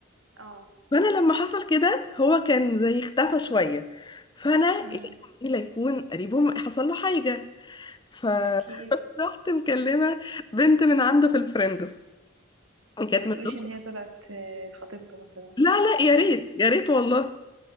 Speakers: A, on the right (about 75°); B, on the left (about 20°).
A: اه
B: فانا لما حصل كده هو كان زي اختفى شويه فانا
A: امم
B: لقيت عمي لا يكون قريبه حصل له حاجه فرحت
A: اكيد
B: <laughs> مكلمه بنت من عنده في الفريندز كانت
A: ما تقوليش
B: من ضمن-
A: ان هي طلعت آه، خطيبته مثلا
B: لا لا يا ريت يا ريت والله